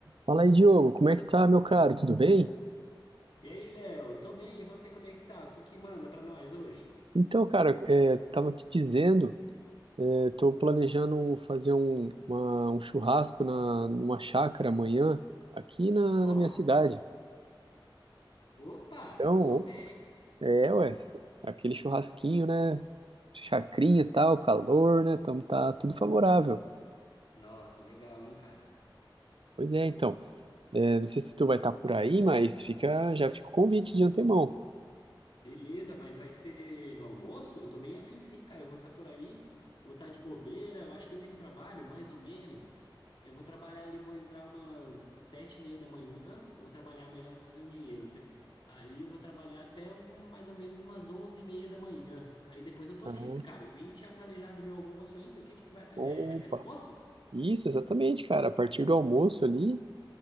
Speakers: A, on the right; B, on the left.
A: Fala aí, Diogo, como é que tá, meu caro? Tudo bem?
B: E aí, Léo, tô bem, e você, como é que tá? O que que manda pra nós hoje?
A: Então, cara, é, tava te dizendo, é, tô planejando fazer um, uma- um churrasco na, numa chácara amanhã, aqui na,
B: Ó,
A: na minha cidade.
B: opa,
A: Então,
B: eu sou pé.
A: é, ué, aquele churrasquinho, né? Chacrinha e tal, calor, né? Então tá tudo favorável.
B: Nossa, legal, hein, cara?
A: Pois é, então. É, não sei se tu vai estar por aí, mas fica, já fica o convite de antemão.
B: Beleza, mas vai ser no almoço? Eu tô bem afim, sim, cara. Eu vou estar por aí, vou estar de bobeira. Eu acho que eu tenho um trabalho, mais ou menos. Eu vou trabalhar ali, vou entrar umas sete e meia da manhã. que Eu vou trabalhar amanhã pra fazer um dinheiro, né? Aí eu vou trabalhar até um- mais ou menos umas onze e meia da manhã. Aí depois eu tô
A: Ah,
B: livre, cara. E nem tinha planejado meu almoço ainda. O que que tu vai, é,
A: opa!
B: vai ser no almoço?
A: Isso, exatamente, cara. A partir do almoço ali.